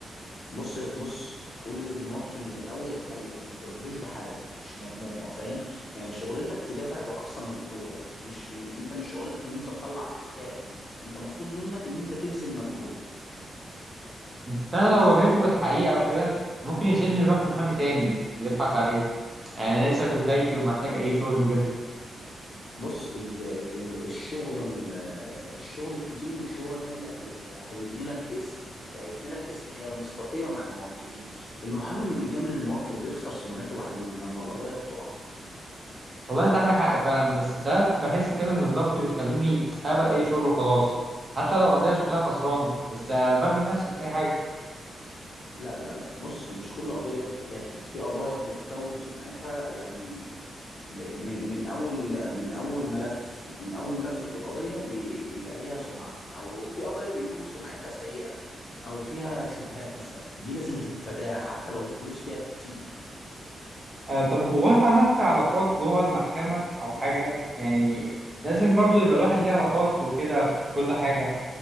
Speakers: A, on the left; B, on the right.
A: بص بص قول للموكل من الأول الحقيقة ما توعدوش بحاجة مش مضمونة فاهم يعني شغلتك تدافع بأقصى مجهودك مش م- أنت مش شغلتك إن أنت تطلع أحكام أنت مطلوب منك إن أنت تبذل مجهود
B: بس انا لو واجهته بالحقيقه وكده ممكن يسيبني يروح لمحامي تاني ويضحك عليه يعني انا لسه في بدايتي ومحتاج اي شغل بجد
A: بص ال ال الشغل ال- الشغل الكتير مش هو ده اللي هي هيبني لك اسم اللي هيبني لك اسم هي المصداقية مع الموكلين المحامي اللي بيجامل الموكل بيخسر سمعته بعدين لما القضايا بتقع
B: والله انت عندك حق فعلا بس ساعات بحس كده ان الضغط بيخليني اقبل اي شغل وخلاص حتى لو القضيه شكلها خسرانه بس آه، برمي نفسي في اي حاجه
A: لا لا لا بص مش كل قضية تتاخد في قضايا بتكون سمعتها يعني م- م- من أول من أول ملف من أول ملف في القضية بي- بيبقى ليها سمعة يعني وفي قضايا بيكون سمعتها سيئة أو فيها شبهات مثلا دي لازم تتفاداها حتى لو الفلوس فيها كتير
B: آه طب هو انت عملت علاقات جوه المحكمة او حاجة يعني لازم برضو يبقى الواحد ليه علاقات وكده في كل حاجة